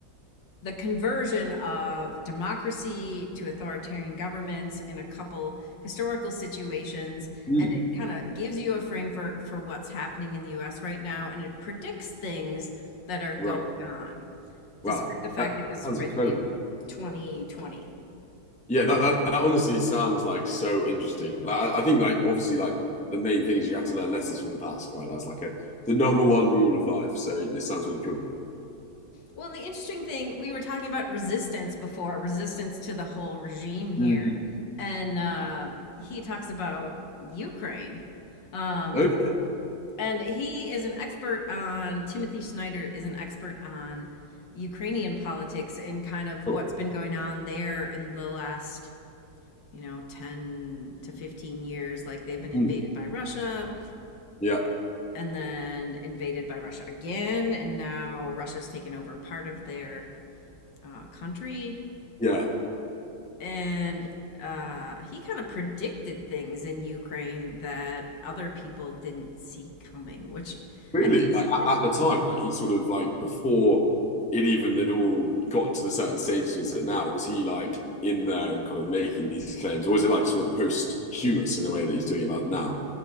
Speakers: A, on the left (about 80°); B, in the centre.
A: the conversion of democracy to authoritarian governments in a couple historical situations
B: hmm,
A: and it kind of gives you a framework for what's happening in the US right now and it predicts things that are going
B: right.
A: on
B: Wow.
A: despite the fact
B: That
A: it was
B: sounds
A: written
B: incredible.
A: in 2020
B: Yeah, that, that that honestly sounds like so interesting. Like I, I think like obviously like the main thing is you have to learn lessons from the past, right? That's like a the number one rule of life. So this sounds really cool.
A: well and the interesting thing we were talking about resistance before resistance to the whole regime here
B: Hmm.
A: and uh, he talks about Ukraine um,
B: Okay,
A: and he is an expert on Timothy Snyder is an expert on Ukrainian politics and kind of
B: cool.
A: what's been going on there in the last you know 10 to 15 years like they've been invaded
B: Hmm.
A: by Russia
B: Yeah,
A: and then invaded by Russia again and now Russia's taken over part of their uh, country
B: yeah.
A: and uh, he kind of predicted things in Ukraine that other people didn't see coming, which
B: Really?
A: I think
B: Like
A: is
B: at, at the time, like he sort of like before it even had all got to the certain stages it's at now, was he like in there and kind of making these claims, or was it like sort of posthumous in a way that he's doing it like now?